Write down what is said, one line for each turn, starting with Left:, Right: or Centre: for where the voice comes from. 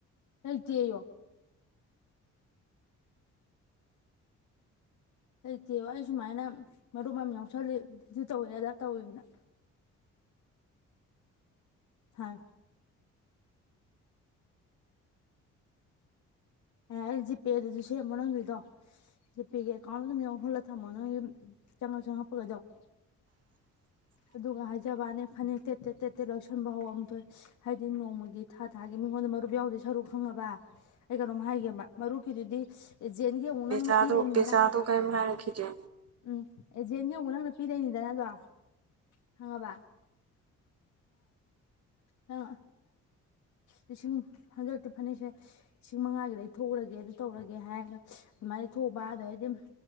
Left: ꯂꯩꯇꯦꯌꯣ ꯂꯩꯇꯦꯕ ꯑꯩ ꯁꯨꯃꯥꯏꯅ ꯃꯔꯨꯞ ꯑꯃꯥ ꯌꯥꯎꯁꯜꯂꯤ ꯑꯗꯨ ꯇꯧꯋꯦ ꯑꯗꯥ ꯇꯧꯋꯦꯅ ꯍꯥꯏ ꯑꯩ ꯖꯤꯄꯦꯗꯨꯁꯨ ꯁꯦꯝꯃꯣ ꯅꯪꯁꯤꯗꯣ ꯖꯤꯄꯦꯒꯤ ꯑꯀꯧꯎꯗ ꯑꯗꯨꯡ ꯌꯧꯍꯜꯂꯒ ꯊꯝꯃꯣ ꯅꯪ ꯆꯪꯉ ꯆꯪꯉ ꯍꯥꯞꯄꯒꯗꯧꯦ
Right: <inaudible>
Left: ꯑꯗꯨꯒ ꯍꯥꯏꯖꯕꯅ ꯐꯅꯦꯛ ꯇꯦꯠ ꯇꯦꯠ ꯇꯦꯠ ꯇꯦꯠ ꯂꯧꯁꯟꯕ ꯍꯧꯔꯑꯝ ꯊꯣꯛ ꯍꯥꯏꯗꯤ ꯅꯣꯡꯃꯒꯤ ꯊꯥ ꯊꯥꯒꯤ ꯃꯤꯉꯣꯟꯗ ꯃꯔꯨꯞ ꯌꯥꯎꯗꯣꯏ ꯁꯔꯨ ꯈꯪꯉꯕ ꯑꯩ ꯀꯩꯅꯣꯝ ꯍꯥꯏꯒꯦꯕ ꯃꯔꯨꯞꯀꯤꯗꯨꯗꯤ ꯑꯦꯖꯦꯟꯒꯤ ꯑꯃꯨꯛ
Right: ꯄꯦꯆꯥꯗꯣ
Left: ꯅꯪꯅ ꯄꯤꯗꯣꯏꯅꯤꯗꯅ
Right: ꯄꯦꯆꯥꯗꯣ ꯀꯔꯤꯝ ꯍꯥꯏꯔꯛꯈꯤꯗ꯭ꯔꯦ
Left: ꯎꯝ ꯑꯦꯖꯦꯟꯒꯤꯡꯕ ꯅꯪꯅ ꯄꯤꯔꯣꯏꯅꯤꯗꯅ ꯑꯗꯣ ꯈꯪꯉꯕ ꯑ ꯂꯤꯁꯤꯡ ꯍꯟꯖꯤꯂꯛꯛꯇꯤ ꯐꯅꯤꯁꯦ ꯂꯤꯁꯤꯡ ꯃꯉꯥꯒꯤꯗ ꯊꯣꯛꯎꯒꯦ ꯑꯗꯨ ꯇꯧꯔꯒꯦ ꯍꯥꯏꯔꯒ ꯑꯗꯨꯃꯥꯏꯅ ꯊꯣꯛꯄ ꯑꯗꯩꯗꯤ